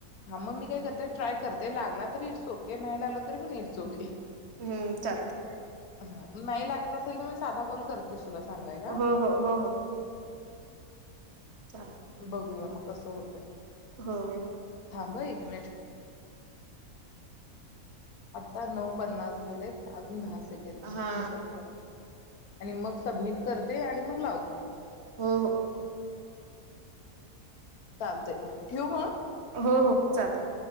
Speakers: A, on the left; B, on the right.
A: हा मग मी काय करते ट्राय करते, लागला तरी इट्स ओके नाही लागलं तरी पण इट्स ओके.
B: हम्म चालत.
A: हा नाही लागत असेल तर मी साधा कॉल करतेच तुला. सांगायला.
B: हो हो हो हो.
A: <inaudible>
B: चाल
A: बघूया मग. कसं होतंय.
B: हो.
A: थांबं एक मिनिट. आता नऊ पन्नास झालेत अजून दहा से सेकंद
B: हा
A: म कट करते. आणि मग सबमिट करते आणि मग लावते.
B: हो हो.
A: <unintelligible> चालतयं ठेवू म.
B: हो हो चालत.